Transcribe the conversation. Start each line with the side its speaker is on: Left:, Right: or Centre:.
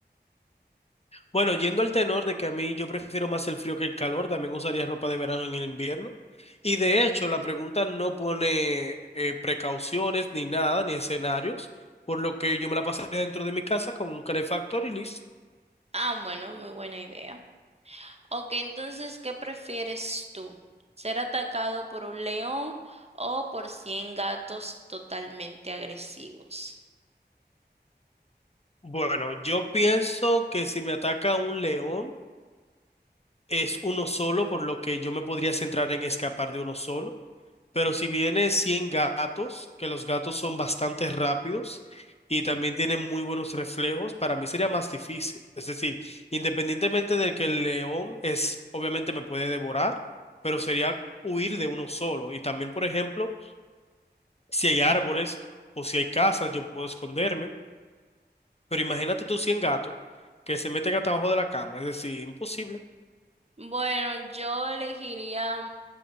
Left: Bueno, yendo al tenor de que a mí yo prefiero más el frío que el calor, también usaría ropa de verano en el invierno. Y de hecho, la pregunta no pone eh, precauciones ni nada, ni escenarios, por lo que yo me la pasaría dentro de mi casa con un calefactor y listo.
Right: Ah, bueno, muy buena idea. Ok, entonces, ¿qué prefieres tú? ¿Ser atacado por un león o por 100 gatos totalmente agresivos?
Left: Bueno, yo pienso que si me ataca un león es uno solo, por lo que yo me podría centrar en escapar de uno solo. Pero si viene 100 gatos, que los gatos son bastante rápidos y también tienen muy buenos reflejos, para mí sería más difícil. Es decir, independientemente de que el león es, obviamente me puede devorar, pero sería huir de uno solo. Y también, por ejemplo, si hay árboles o si hay casas, yo puedo esconderme. Pero imagínate tú 100 gatos que se meten hasta abajo de la cama. Es decir, imposible.
Right: Bueno, yo elegiría